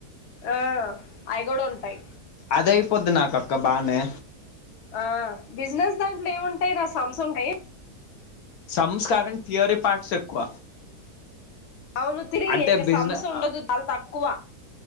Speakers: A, on the left; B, on the left.
A: ఆ అయిగుడా ఉంటాయ్
B: అదయిపోద్ది నాకు అక్క బానే
A: ఆ బిస్నెస్ దాంట్లో ఏముంటాయి రా సమ్స్ ఉంటాయ్
B: సమ్స్ కాకుండ థియరీ పార్ట్స్ ఎక్కువ
A: అవును థిరి
B: అంటే
A: ఎంకా
B: బిజినెస్
A: సమ్స్ ఉండదు దల్ తక్కువ